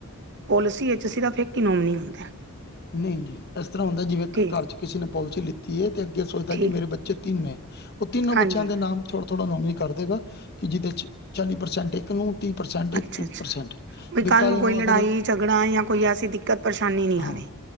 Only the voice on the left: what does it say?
ਨਹੀਂ ਜੀ, ਇਸ ਤਰ੍ਹਾਂ ਹੁੰਦਾ ਜਿਵੇਂ
ਘਰ ਚ ਕਿਸੇ ਨੇ ਪੋਲਿਸੀ ਲਿੱਤੀ ਏ ਤੇ ਅੱਗੇ ਸੋਚਦਾ
ਕਿ ਮੇਰੇ ਬੱਚੇ ਤਿੰਨ ਨੇ, ਉਹ ਤਿੰਨੋ
ਬੱਚਿਆਂ ਦੇ ਨਾਮ ਥੋੜਾ ਥੋੜ੍ਹਾ ਨੋਮਨੀ ਕਰ ਦੇਗਾ ਕਿ ਜਿਹਦੇ ਚ ਚਾਲੀ ਪ੍ਰਸੈਂਟ ਇੱਕ ਨੂੰ ਤੀਹ ਪ੍ਰਸੈਂਟ ਇੱਕ
ਤੀਹ
ਪ੍ਰਸੈਂਟ,
ਵੀ ਕੱਲ
ਨੂੰ
ਅਗਰ
ਹਾਂ